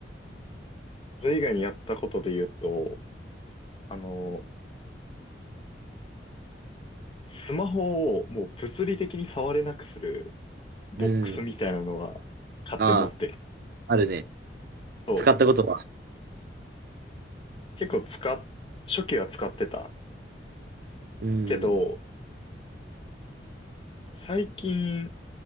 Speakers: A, on the left; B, on the right.
A: それ以外にやったことで言うと、あの、スマホをもう物理的に触れなくするボックスみたいなのは買って持ってる。
B: うん。ああ、あるね。
A: そう。
B: 使ったことは。
A: 結構使っ、初期は使ってた
B: うん。
A: けど、最近